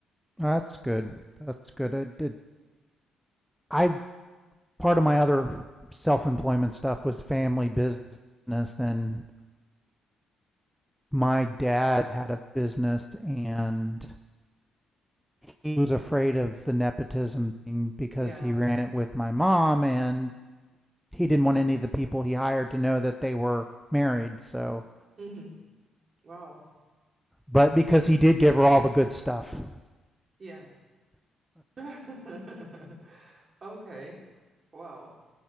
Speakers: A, in the centre; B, on the right.
A: That's good. That's good. I did. I part of my other self-employment stuff was family business and my dad had a business and he was afraid of the nepotism thing because
B: Yeah.
A: he ran it with my mom and he didn't want any of the people he hired to know that they were married so
B: hmm Wow.
A: but because he did give her all the good stuff
B: Yeah. <laughs> Okay. Wow.